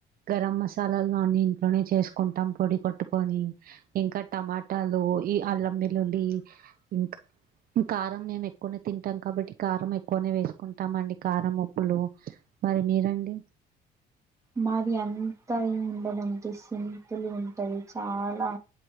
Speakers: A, on the right (about 60°); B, on the right (about 20°).
A: గరం మసాలాలు అన్ని ఇంట్లోనే చేసుకుంటాం పొడి కొట్టుకొని ఇంకా టమాటాలు ఈ అల్లం వెల్లుల్లి ఇంకా కారం మేము ఎక్కువనే తింటాం కాబట్టి కారం ఎక్కువనే వేసుకుంటాం అండి కారం ప్పులు మరి మీరండి
B: మాది అంతా ఏమి ఉండదంటే సింపుల్ గుంటది చాలా